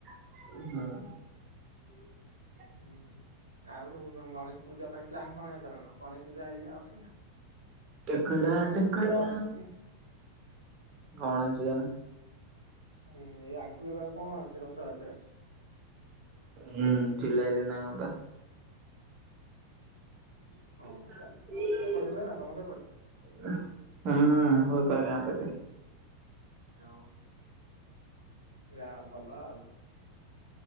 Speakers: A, on the right; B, on the right.
A: ହଁ
B: ହୁଁ ଆଉ ଗଣେଶ ପୂଜା ପାଇଁ ପ୍ଲାନ୍ କଣ ଏଥରକ ଗଣେଶ ପୂଜା ଏକା ଅଛି ନା
A: ଟେକଡା
B: ଗଣେଶ
A: ଟେକଡା
B: ପୂଜା ସରସ୍ଵତୀ
A: ଗଣେଶ ପୂଜା
B: ହୁଁ ଏଇ ଆଗକୁ ଏବେ ଆଉ କଣ ଅଛି ରଥଯାତ୍ରା
A: ହୁଁ ଜୁଲାଇରେ ନା କଣ ବା <unintelligible>
B: ହୁଁ ହଁ ଚାଲୁ ଏପଟେ ହୁଏ ନା ତମ ସେପଟେ ଓ ଯା ଭଲ ଆଉ